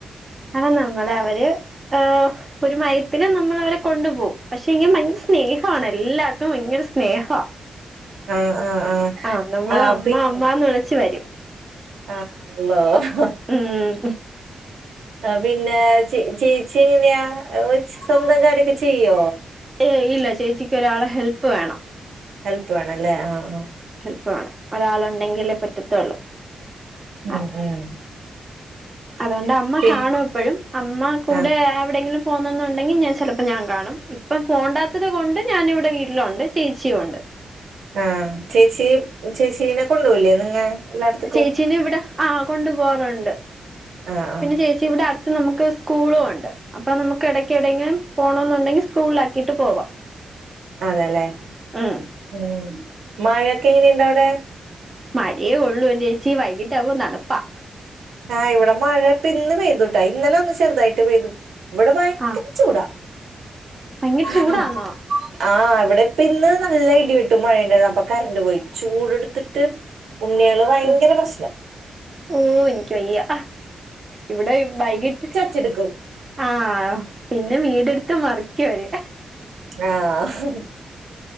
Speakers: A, on the right; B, on the right.
A: ആഹ് നമ്മളെ അവര് ഏഹ് ഒരു മയത്തി മയത്തിൽ നമ്മൾ അവരെ കൊണ്ടുപോകും പക്ഷെങ്കി ഭയങ്കര സ്നേഹണ് എല്ലാവർക്കും ഭയങ്കര സ്നേഹ
B: ആഹ് ആഹ് ആഹ്
A: ആഹ് നമ്മളെ
B: ആഹ്
A: അമ്മ അമ്മന്ന് വിളിച്ച് വരും
B: അള്ളാഹ്
A: ഉം
B: ആഹ് പിന്നെ ചേ ചേച്ചി എങ്ങനെയാ <unintelligible> സ്വന്തം കാര്യൊക്കെ ചെയ്യോ
A: ഏയ് ഇല്ല ചേച്ചിക്ക് ഒരാളെ ഹെൽപ്പ് വേണം
B: ഹെൽപ്പ് വേണം അല്ലേ ആഹ് ആഹ്
A: പ്പ് വേണം ഒരാൾ ഉണ്ടെങ്കിലേ പറ്റത്തുള്ളൂ
B: ഉം
A: ആ
B: ഉം
A: അതുകൊണ്ട് അമ്മ
B: പിൻ
A: കാണും എപ്പോഴും അമ്മ കൂടെ
B: ആഹ്
A: എവിടെങ്കിലും പോന്നന്നുണ്ടെങ്കിൽ ഞാൻ ചിലപ്പോം ഞാൻ കാണും ഇപ്പം പോണ്ടാത്തത് കൊണ്ട് ഞാൻ ഇവിടെ വീട്ടിലുണ്ട് ചേച്ചിയുമുണ്ട്.
B: ആഹ് ചേച്ചി ചേച്ചീനെ കൊണ്ടുപോവില്ലേ നിങ്ങ എല്ലായിടത്തേക്കും
A: ചേച്ചീന ഇവിടെ ആഹ് കൊണ്ടു പോവാറുണ്ട്
B: ആഹ് ആഹ്
A: പിന്നെ ചേച്ചി ഇവിടെ അടുത്ത് നമുക്ക് സ്കൂളും ഉണ്ട് അപ്പൊ നമുക്ക് ഇടയ്ക്കെടെങ്കിലും പോണം എന്നുണ്ടെങ്കിൽ സ്കൂളിലാക്കിയിട്ട് പോവാം
B: അതെല്ലേ
A: ഉം.
B: ഉം മഴയൊക്കെ എങ്ങനെയുണ്ട് അവിടെ
A: മഴേ ഒള്ളൂ എന്റെ ചേച്ചി വൈകിട്ടാവ് തണുപ്പാ
B: ആഹ് ഇവിടെ മഴ ഇപ്പ. ഇന്ന് പെയ്തുട്ടാ ഇന്നലെ ഒന്ന് ചെറുതായിട്ട് പെയ്തു ഇവിടെ ഭയങ്കരം
A: ആ
B: ചൂടാ
A: ഭയങ്കര
B: ഹമ്മ്‌
A: ചൂടാന്നോ
B: ആ ഇവിടെ ഇപ്പ ഇന്ന് നല്ല ഇടി വെട്ടും മഴയു ണ്ടന്ന് അപ്പൊ കറണ്ട് പോയി ചൂടെടുത്തിട്ട് ഉണ്ണി ആള് വയങ്കരം
A: ഓ
B: പ്രശ്നം
A: ഓ എനിക്ക് വയ്യ ഇവിടെ വൈകിട്ട്
B: ചെടുക്കും
A: ആഹ് പിന്നെ വീടെടുത്ത് മറിക്കും അവര്
B: ആഹ്